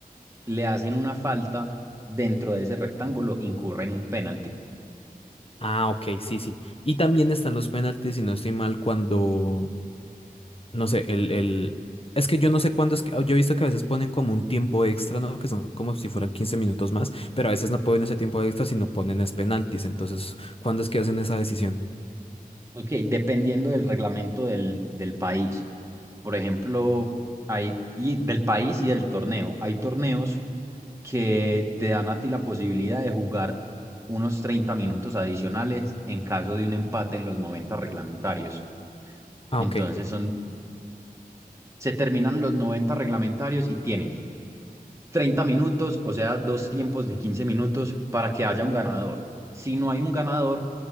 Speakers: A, on the right; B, on the left.
A: le hacen una falta dentro de ese rectángulo, incurre en un penalti.
B: Ah, ok, sí, sí. Y también están los penaltis, si no estoy mal, cuando, no sé, el, el... Es que yo no sé cuándo es que... Yo he visto que a veces ponen como un tiempo extra, ¿no? Que son como si fueran 15 minutos más, pero a veces no ponen ese tiempo extra, sino ponen es penaltis. Entonces, ¿cuándo es que hacen esa decisión?
A: Ok, dependiendo del reglamento del, del país. Por ejemplo, hay, y del país y del torneo. Hay torneos que te dan a ti la posibilidad de jugar unos 30 minutos adicionales en caso de un empate en los 90 reglamentarios.
B: Ah,
A: Entonces
B: ok.
A: son, se terminan los 90 reglamentarios y tienes 30 minutos, o sea, dos tiempos de 15 minutos para que haya un ganador. Si no hay un ganador,